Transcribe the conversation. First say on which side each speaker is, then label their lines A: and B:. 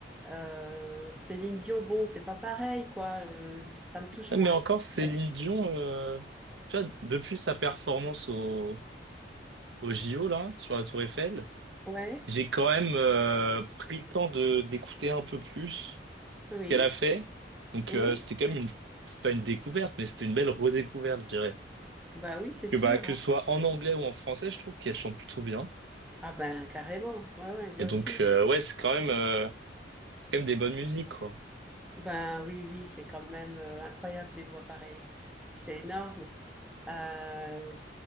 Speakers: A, in the centre; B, on the right (about 80°).
A: euh, Céline Dion. Bon, c'est pas pareil, quoi. euh, ça me touche
B: Mais
A: moins.
B: encore, Céline
A: Ouais,
B: Dion, euh, tu vois, depuis sa performance au, au JO, là, sur la Tour Eiffel,
A: Ouais,
B: J'ai quand même euh, pris le temps de d'écouter un peu plus
A: oui.
B: ce qu'elle a fait. Donc
A: Hum,
B: euh, c'était quand même une c'est pas une découverte, mais c'était une belle redécouverte, je dirais.
A: Bah oui, c'est sûr.
B: Que bah que
A: hein.
B: ce soit en anglais ou en français, je trouve qu'elle chante plutôt bien.
A: Ah ben carrément, ouais, ouais, bien
B: Et donc
A: sûr.
B: euh, ouais, c'est quand même euh, c'est quand même des bonnes musiques quoi.
A: Ben oui, oui, c'est quand même euh, incroyable des voix pareilles. C'est énorme. Euh,